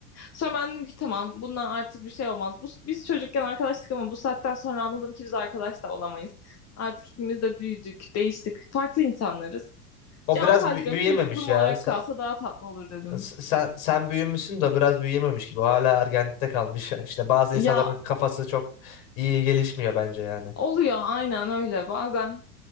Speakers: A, on the left; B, on the left.
A: Sonra ben dedim ki tamam bundan artık bir şey olmaz. Bu, biz çocukken arkadaştık ama bu saatten sonra anladım ki biz arkadaş da olamayız. Artık ikimiz de büyüdük, değiştik. Farklı insanlarız.
B: O
A: Ya
B: biraz
A: o sadece
B: bü-
A: benim
B: büyüyememiş
A: çocukluğum
B: ya.
A: olarak kalsa daha tatlı olur dedim.
B: S- Sen sen büyümüşsün de biraz büyüyememiş gibi. O Hala ergenlikte kalmış. <laughs> İşte bazı
A: Ya
B: insanların kafası çok iyi gelişmiyor bence yani.
A: oluyor aynen öyle. Bazen